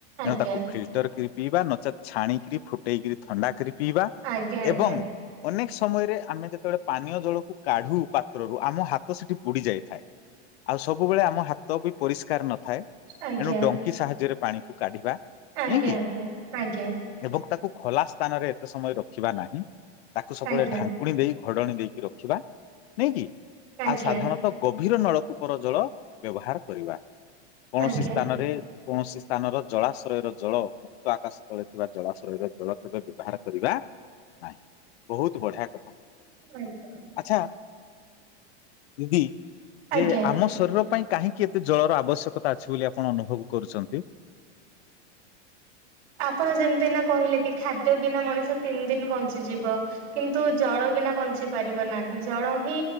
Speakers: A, on the left; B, on the right.
A: ଏଣୁ
B: ଆଜ୍ଞା
A: ତାକୁ ଫିଲଟର କରି ପିଇବା। ନଚେତ୍ ଛାଣିକିରି ଫୁଟେଇକ ଥଣ୍ଡା କରିି ପିଇବା
B: ଆଜ୍ଞା ଆଜ୍ଞା
A: ଏବଂ ଅନେକ ସମୟରେ ଆମେ ଯେତେବେଳେ ପାନୀୟ ଜଳକୁ କାଢୁ ପାତ୍ରରୁ ଆମ ହାତ ସେଠି ବୁଡି ଯାଇଥାଏ। ଆଉ ସବୁବେଳେ ଆମ ହାତ ବି ପରିଷ୍କାର ନଥାଏ।
B: ଆଜ୍ଞା
A: ଏଣୁ ଡ କି ସାହାଯ୍ୟରେ ପାଣିକୁ କାଢିବା
B: ଆଜ୍ଞା
A: ନାଇ କି
B: ଆଜ୍ଞା
A: ଏବଂ ତାକୁ ଖୋଲା ସ୍ଥାନରେ ଏତେ ସମୟ ରଖିବା ନାହିଁ। ତାକୁ ସବୁବେଳେ
B: ଆଜ୍ଞା
A: ଢା ପୁଣି ଦେଇ ଘଡଣି ଦେଇକି ରଖିବା ନାଇକି
B: ଆଜ୍ଞା
A: ଆ ସାଧାରଣ
B: ଆଜ୍ଞା
A: ଗଭୀର ନଳକୂପର ଜଳ ବ୍ୟବହାର କରିବା। କୌଣସି
B: ଆଜ୍ଞା
A: ସ୍ଥାନରେ କୌଣସି ସ୍ଥାନର ଜଳାଶ୍ରୟର ଜଳ ଭକ୍ତ ଆକାଶ ତଳେ ଥିବା ଜଳାଶୟରେ ଜଳ କେବେ ବ୍ୟବହାର କରିବା ନାହିଁ। ବହୁତ ବଢିଆ କଥା।
B: ଆଜ୍ଞା
A: ଆଛା ଦିଦି
B: ଆଜ୍ଞା
A: ଯେ ଆମ <unintelligible> ପାଇଁ କାହିଁକି ଏତେ ଜଳର ଆବଶ୍ୟକତା ଅଛି ବୋଲି ଆପଣ ଅନୁଭବ କରୁଛନ୍ତି?
B: ଆପଣ ଯେମିତି ଏନା କହିଲେ କି ଖାଦ୍ୟ ବିନା ମଣିଷ ତିନି ଦିନ ବଞ୍ଚିଯିବ। କିନ୍ତୁ ଜଳ ବିନା ବଞ୍ଚି ପାରିବ ନାହିଁ। ଜଳ ହିଁ